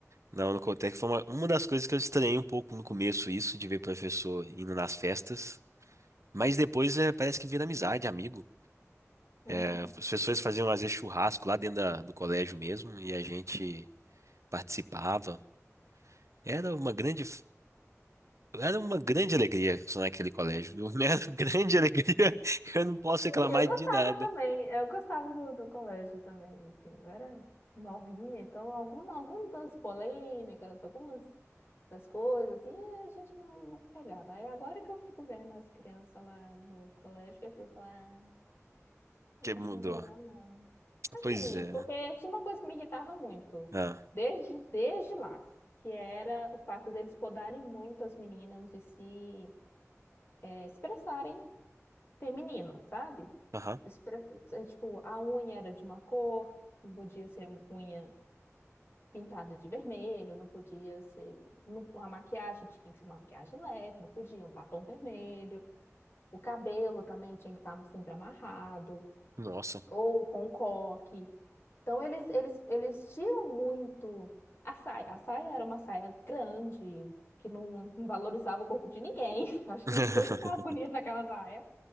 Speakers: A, on the right; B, on the left.
A: Não, no Coltec foi uma, uma das coisas que eu estranhei um pouco no começo, isso de ver professor indo nas festas. Mas depois é, parece que vira amizade, amigo.
B: Uhum.
A: É, Os professores faziam às vezes churrasco lá dentro da- do colégio mesmo e a gente participava. Era uma grande, era uma grande alegria estar naquele colégio. viu? <laughs> Era uma grande alegria. <laughs> Eu não posso reclamar
B: Assim, eu gostava
A: de nada.
B: também, eu gostava do, do colégio também, assim, eu era novinha, então algum, algumas polêmicas, algumas das coisas, assim, a gente não, não pegava. Aí agora que eu fico vendo as crianças lá no colégio, que eu fico lá, "Ah, não
A: Que
B: acho
A: mudou.
B: muito legal, não. Assim,
A: Pois é.
B: porque
A: né?
B: tinha uma coisa que me irritava muito,
A: Ah,
B: desde, desde lá, que era o fato deles podarem muito as meninas de se eh, expressarem feminino, sabe?
A: aham.
B: Expressa- é, Tipo, a unha era de uma cor, não podia ser unha pintada de vermelho, não podia ser. não- a maquiagem tinha que ser uma maquiagem leve, não podia, um batom vermelho. O cabelo também tinha que estar sempre amarrado,
A: Nossa.
B: ou com um coque. Então, eles, eles, eles tiram muito a saia. A saia era uma saia grande, que não valorizava o corpo de ninguém. <laughs> Eu Acho
A: <laughs>
B: que ninguém ficava bonito naquela saia.